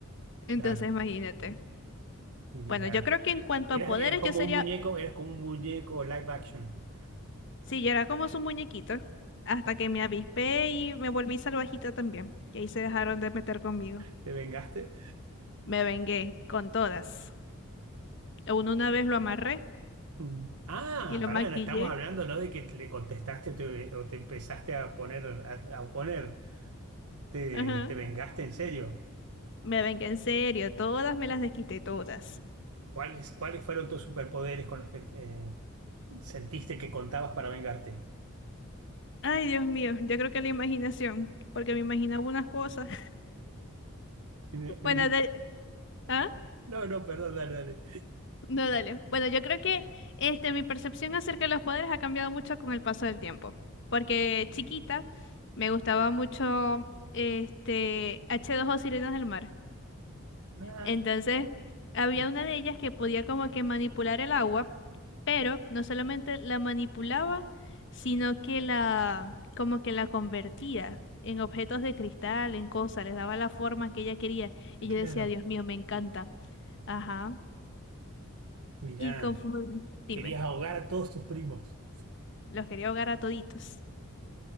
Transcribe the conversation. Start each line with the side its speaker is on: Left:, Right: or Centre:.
Right: claro.
Left: Entonces, imagínate.
Right: Mirá.
Left: Bueno, yo creo que en cuanto
Right: Eras,
Left: a poderes,
Right: eras como
Left: yo sería,
Right: un muñeco, eras como un muñeco live action.
Left: sí, yo era como su muñequito, hasta
Right: Claro.
Left: que me avispé y me volví salvajita también, que ahí se dejaron de meter conmigo.
Right: ¿Te vengaste?
Left: Me vengué con todas. Aún una vez lo amarré
Right: Mm. Ah,
Left: y lo
Right: pará,
Left: maquillé.
Right: no estamos hablando, ¿no? De que le contestaste o te, o te empezaste a poner, a, a oponer. Te,
Left: Ajá.
Right: te vengaste en serio.
Left: Me vengué en serio, todas me las desquité, todas.
Right: ¿Cuáles, cuáles fueron tus superpoderes con los que eh, Sentiste que contabas para vengarte.
Left: Ay, Dios mío, yo creo que la imaginación, porque me imaginaba unas cosas. <laughs>
Right: Una-
Left: Bueno,
Right: una-
Left: de... ¿ah?
Right: No, no, perdón, dale, dale.
Left: No, dale. Bueno, yo creo que este, mi percepción acerca de los poderes ha cambiado mucho con el paso del tiempo. Porque chiquita me gustaba mucho este, H2O Sirenas del Mar.
Right: Ah,
Left: Entonces, había
Right: mira,
Left: una de ellas que podía como que manipular el agua, pero no solamente la manipulaba, sino que la como que la convertía en objetos de cristal, en cosas, les daba la forma que ella quería. Y
Right: claro,
Left: yo decía, Dios mío, me encanta. Ajá.
Right: mirá,
Left: Y conforme, dime.
Right: querías ahogar a todos tus primos.
Left: Los quería ahogar a toditos.